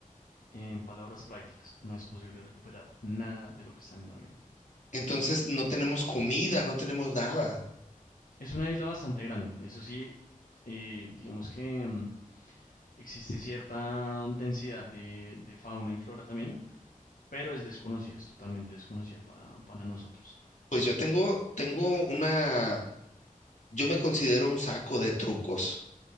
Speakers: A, on the left (about 75°); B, on the left (about 60°).
A: en palabras prácticas, no es posible recuperar nada de lo que está en el avión.
B: entonces no tenemos comida, no tenemos nada.
A: Es una isla bastante grande, eso sí, eh, digamos que mm, Existe cierta densidad de, de fauna y flora también, pero es desconocida, es totalmente desconocida para, para nosotros.
B: Pues yo tengo, tengo una, yo me considero un saco de trucos,